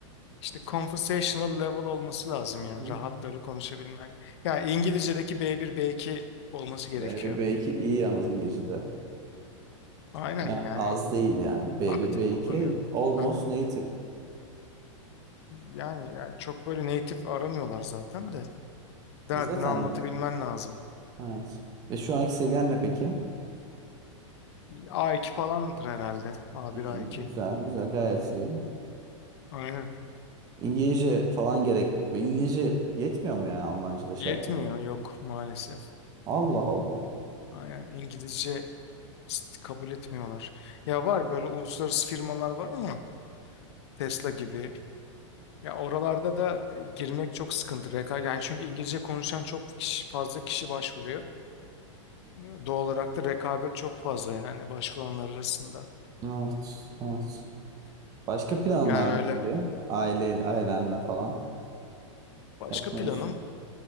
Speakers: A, on the left; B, on the right.
A: İşte conversational level olması lazım
B: Hı
A: yani
B: hı.
A: rahat böyle konuşabilmen. Ya İngilizce'deki B1 B2 olması gerekiyor.
B: B1 B2 iyi yalnız İngilizce'de.
A: Aynen
B: Yani
A: yani
B: az değil yani. B1
A: aktif
B: B2
A: kullanıyorum
B: almost
A: tabii.
B: native.
A: Yani, yani çok böyle native aramıyorlar zaten de derdini
B: E Zaten
A: anlatabilmen lazım.
B: evet. Ve şu anki seviyen ne peki?
A: A2 falandır herhalde. A1
B: İyi,
A: A2.
B: güzel, güzel, gayet iyi.
A: Aynen.
B: İngilizce falan gerek. Ve İngilizce yetmiyor mu yani Almanca'da şey
A: Yetmiyor
B: yapmak?
A: yok maalesef.
B: Allah Allah.
A: Aynen İngilizce kabul etmiyorlar. Ya var böyle uluslararası firmalar var ama Tesla gibi Ya oralarda da e, girmek çok sıkıntı. Reka yani çünkü İngilizce konuşan çok kişi, fazla kişi başvuruyor. Doğal olarak da rekabet çok fazla yani başvuranlar arasında.
B: Evet, evet. Başka planın
A: Yani
B: var
A: öyle.
B: mı peki? Aile, ailenle falan
A: Başka
B: yapmayı
A: planım
B: düş-